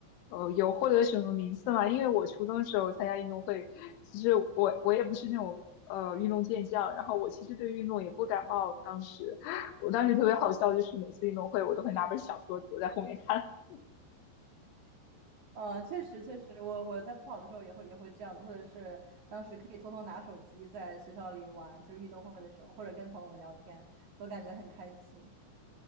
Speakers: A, on the left; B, on the right.
A: 呃，有获得什么名次吗？因为我初中的时候参加运动会，其实我我也不是那种呃运动健将，然后我其实对运动也不感冒。当时我当时特别好笑，就是每次运动会我都会拿本小说躲在后面看。<laughs>
B: 呃，确实确实，我我在不跑的时候也会也会这样子，或者是当时可以偷偷拿手机在学校里玩，就是运动会的时候，或者跟朋友们聊天，都感觉很开心。